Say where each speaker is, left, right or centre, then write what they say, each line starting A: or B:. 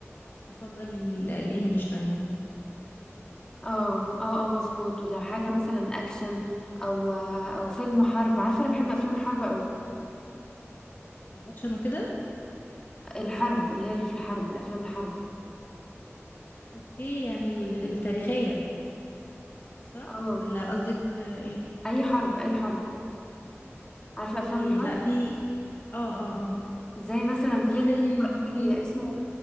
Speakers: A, on the left; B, on the left.
A: بفضل ال- الانجليش دايما
B: اه اه اه مظبوط لو حاجة مثلا اكشن او او فيلم حرب عارفة انا بحب افلام الحرب قوي
A: الاكشن وكده
B: الحرب اللي هي اللي في الحرب الافلام الحرب
A: اوكي يعني ال- التاريخيه صح
B: اه
A: ولا قصدك آه، ايه
B: اي حرب اي حرب عارفة افلام
A: اوكي
B: الحرب
A: لا في اه اه اه
B: زي مثلا فيلم
A: في فيلم
B: قوي
A: مم.
B: اسمه